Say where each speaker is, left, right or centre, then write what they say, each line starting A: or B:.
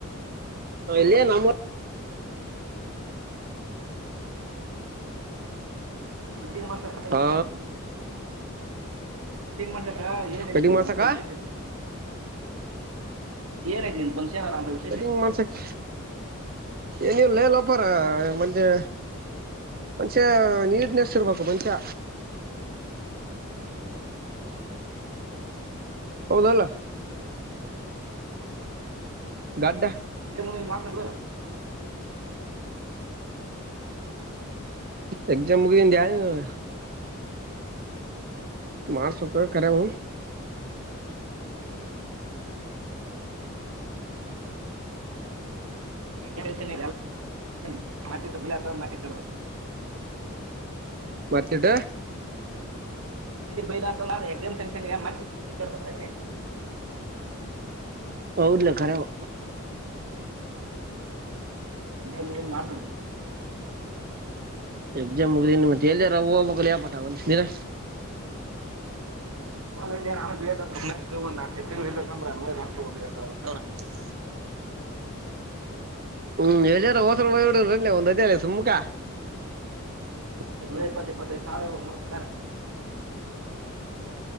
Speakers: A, on the right; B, on the right.
A: ಇಲ್ಲಿಯ ನಮ್ಮ
B: ಟನ್ ಮಾಡಷಕಲಗೆ
A: ಹಾ
B: <unintelligible> ಕಟಿಂಗ್ ಮಾಡ್ಲಕ್ಕ ಏನ
A: ಕಟಿಂಗ್
B: ಐತಿ ಇಲ್ಲಿ
A: ಮಾಡ್ಸಕ
B: ಅಂತ ವಿಶೇಷತೆ. ಏನಾಗನು ತನ್ ಆರಾಮ <unintelligible>
A: ಕಟಿಂಗ ಮಾಡ್ಸಕ್ ಏನವು <unintelligible> ಲೇಲ್ಪಾರ ಮಜೆ ಮನಷ್ಯ ನೀಟನೇಷಿರ್ಬೇಕು ಮನುಷ್ಯ. ಹೌದಲ್ಲ. ಗಡ್ಡ.
B: <unintelligible> <inaudible>
A: ಎಕ್ಸ್ಜಾಮ್ ಮುಗಿ <unintelligible> ಮಾಡಸ್ಬೇಕು ಕರೆ ಹು
B: ಎಕ್ಸಿಮಿಷನ್ <unintelligible>
A: ಮತ್ತಟ.
B: ಅಲ್ಲಿ ಬೈದ ಆತಲ್ಲ ಎಕ್ಸಾಮ್ ಟೆನ್ಶನ್ <unintelligible>
A: ಹೌದ್ಲೆ ಕರೆವು.
B: ಎಲ್ಲನ <unintelligible>
A: ಎಕ್ಸಾಮ್ ಮುಗ್ದಿ ಮತ್ತ ಎಲ್ಲಿ ಯಾರ ಹೋಗಬೇಕ ಲೆಪ ನೀ <unintelligible> <inaudible>
B: <unintelligible>
A: ಹ್ಮ್ ಎಲ್ಲರ <unintelligible> ಒಂದ್ ಅದೆ ಸುಮ್ಕಾ
B: ತಿಂಗ್ಳಿಗ್ ಇಪ್ಪತ್ ಇಪ್ಪತ್ತೆದ್ ಸಾವ್ರ <unintelligible>